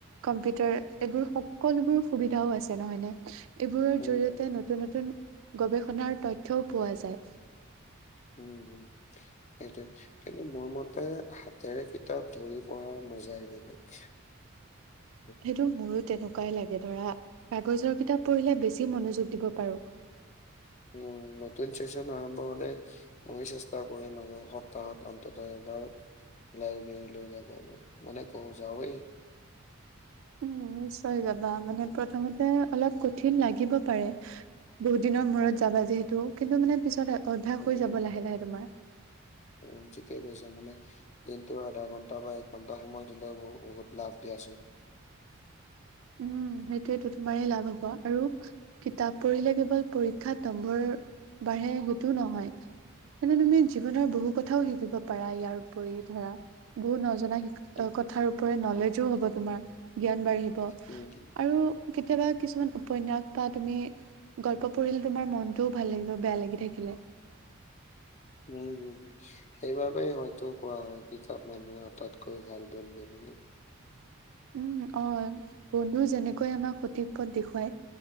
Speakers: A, on the right (about 70°); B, on the left (about 35°).
A: কম্পিউটাৰ এইবোৰ সকলোবোৰ সুবিধাও আছে, নহয় নে? এইবোৰৰ
B: উম,
A: জৰিয়তে
B: হম,
A: নতুন নতুন গৱেষণাৰ তথ্যও পোৱা যায়।
B: উম, হম, সেইটোৱে। কিন্তু মোৰ মতে হাতেৰে কিতাপ ধৰি পঢ়াৰ মজাই বেলেগ। <unintelligible>
A: সেইটো মোৰো তেনেকুৱাই লাগে। ধৰা কাগজৰ কিতাপ পঢ়িলে বেছি মনোযোগ দিব পাৰোঁ।
B: অ, নতুন চেচন আৰম্ভ হ'লে মইয়ো চেষ্টা কৰিম আৰু সপ্তাহত অন্তত এবাৰ লাইব্ৰেৰীৰ <unintelligible> মানে ক যাওঁৱেই।
A: উম, নিশ্চয় যাবা মানে
B: উম,
A: প্ৰথমতে অলপ কই কঠিন লাগিব পাৰে বহুত দিনৰ মূৰত যাবা যিহেতু। কিন্তু মানে পিছত আ অভ্যাস
B: উম,
A: হৈ যাব লাহে- লাহে তোমাৰ।
B: উম, ঠিকে কৈছা মানে দিনটো আধা ঘন্টা বা এক ঘন্টা সময় দিলেও ব বহুত লাভ দিয়াচোন।
A: উম, সেইটোৱেতো তোমাৰেই লাভ হ'ব, আৰু কিতাপ পঢ়িলে কেৱল পৰীক্ষাত নম্বৰ বাঢ়ে সৌটো নহয়। মানে তুমি জীৱনৰ বহু কথাও শিকিব পাৰা ইয়াৰ উপৰি ধৰা, বহু নজনা শিক
B: উম,
A: অ', কথাৰ ওপৰে নলেজো হ'ব তোমাৰ, জ্ঞান বাঢ়িব
B: উম, উম,
A: আৰু কেতিয়াবা কিছুমান উ উপন্যাস বা তুমি গল্প পঢ়িলে তোমাৰ মনটোও ভাল লাগিব, বেয়া লাগি থাকিলে।
B: উম, হম, হম। সেইবাবেই হয়তো কোৱা হয়, কিতাপ মানুহৰ আটাইতকৈ ভাল বন্ধু বুলি।
A: উম, অ', বন্ধু যেনেকৈ আমাক সঠিক পথ দেখুৱায়